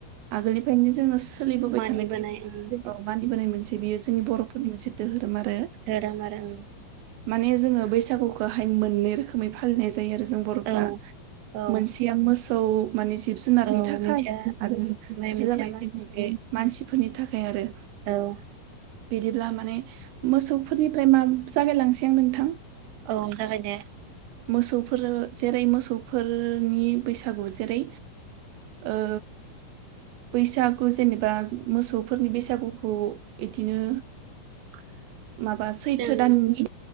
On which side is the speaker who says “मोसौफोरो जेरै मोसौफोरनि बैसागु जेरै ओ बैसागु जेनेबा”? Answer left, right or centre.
Right